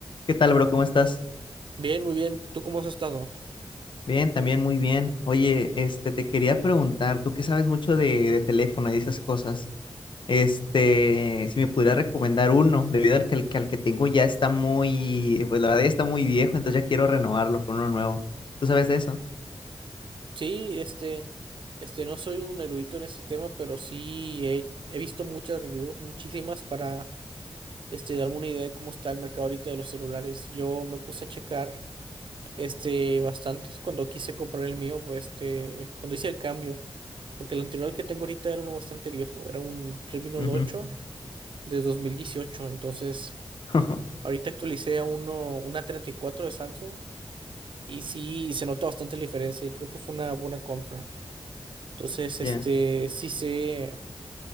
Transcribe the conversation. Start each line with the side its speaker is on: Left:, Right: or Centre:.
Left: ¿Qué tal, bro? ¿Cómo estás?
Right: Bien, muy bien. ¿Tú cómo has estado?
Left: Bien, también muy bien. Oye, este, te quería preguntar, tú que sabes mucho de, de teléfono y de esas cosas, este, si me pudieras recomendar uno, debido al que, al que al que tengo ya está muy, pues la verdad ya está muy viejo, entonces ya quiero renovarlo con uno nuevo. ¿Tú sabes de eso?
Right: Sí, este, este, no soy un erudito en este tema, pero sí he, he visto muchas reviews, muchísimas, para este, darme una idea de cómo está el mercado ahorita de los celulares. Yo me puse a checar este bastantes cuando quise comprar el mío, pues, este, cuando hice el cambio, porque el anterior que tengo ahorita era uno bastante viejo, era un Redmi Note
Left: Ujú.
Right: 8 de dos mil dieciocho entonces
Left: <laughs>
Right: ahorita actualicé a uno, una 34 de Samsung Y sí, se nota bastante la diferencia y creo que fue una buena compra. Entonces,
Left: Ya.
Right: este, sí sé,